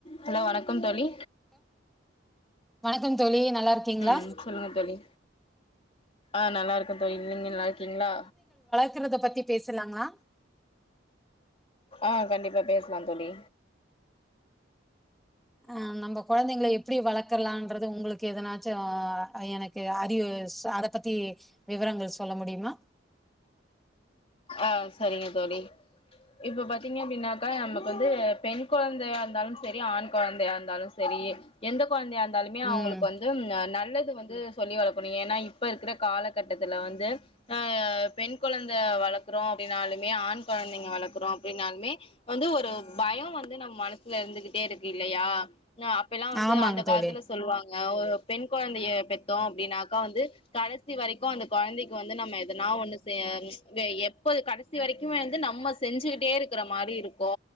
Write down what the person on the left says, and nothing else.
hello வணக்கம் தோழி
ம் சொல்லுங்க தோழி ஆஹ் நல்லா இருக்கோ தோழி நீங்க நல்லா இருக்கீங்களா
ஆ கண்டிப்பாக பேசலா தோழி
ஆஹ் செரிங்க தோழி இப்ப பாத்தீங்க அப்டின்னாக்கா நமக்கு வந்து பெண் கொழந்தையா இருந்தாலும் செரி ஆண் கொழந்தையா இருந்தாலும் செரி ரி எந்த கொழந்தையா இருந்தாலுமே அவங்களுக்கு
வந்து நல்லது வந் து சொல்லி வளக்கணு ஏன்னா இப்ப இருக்கிற காலகட்டத்துல வந்து‌ அ பெண் கொழந்த வளக் க்றோ அப்டின்னாலுமே ஆண் கொழந்தைங்க வளக்றோ அப்டின்னாலுமே வந்து ஒரு பயோ வந்து நம்ம மனசல இரு இருந்துகிட்டே இருக்கு இல்லையா அப்பெல்லா வந்து
அந்த காலத்துல
சொல்லுவாங்க ஒரு பெண் கொழந்தைய பெத்தோ அப்டின்னாக்கா வந்து கடைசி வரைக்கு அந்த கொழந்தைக்கு வந்து நம்ம எதனா ஒண்ணு செய அ ரிஸ்க்தே எப்போது கடைசி வரைக்குமே வந்து நம்ம செஞ்சுகிட்டே இருக்கற மாறி இருக்கு